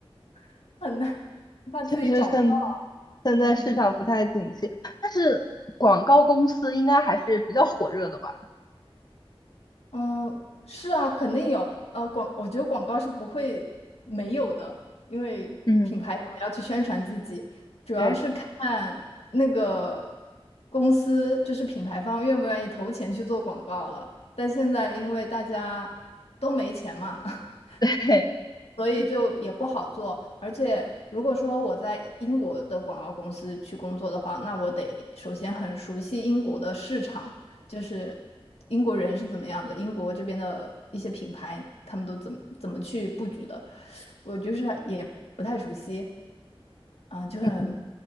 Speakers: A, on the left; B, on the left.
A: <laughs> 很难，
B: <laughs>
A: 怕自己找不到。
B: 确实现现在市场不太景气，
A: 嗯。
B: 但是广告公司应该还是比较火热的吧？
A: 嗯，是啊，肯定有。呃，广，我觉得广告是不会没有的，因为品牌总要去宣传自己，
B: 嗯，
A: 主要是看那个
B: 对，
A: 公司，就是品牌方愿不愿意投钱去做广告了。但现在因为大家都没钱嘛，<laughs>
B: <laughs> 对
A: 所以就也不好做。而且如果说我在英国的广告公司去工作的话，那我得首先很熟悉英国的市场，就是英国人是怎么样的，英国这边的一些品牌他们都怎么怎么去布局的，我就是也不太熟悉，啊、就很，
B: 嗯，